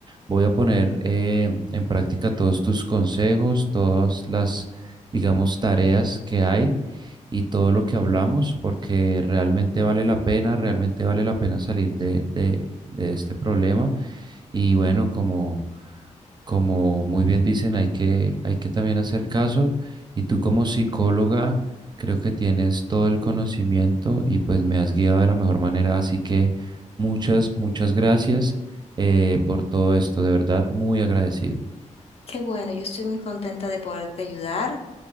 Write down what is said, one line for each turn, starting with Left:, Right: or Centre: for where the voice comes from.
Right: Voy a poner eh, en práctica todos tus consejos, todas las, digamos, tareas que hay y todo lo que hablamos, porque realmente vale la pena, realmente vale la pena salir de, de, de este problema. Y bueno, como como muy bien dicen, hay que, hay que también hacer caso y tú como psicóloga creo que tienes todo el conocimiento y pues me has guiado de la mejor manera, así que muchas, muchas gracias eh, por todo esto, de verdad, muy agradecido.
Left: Qué bueno, yo estoy muy contenta de poderte ayudar.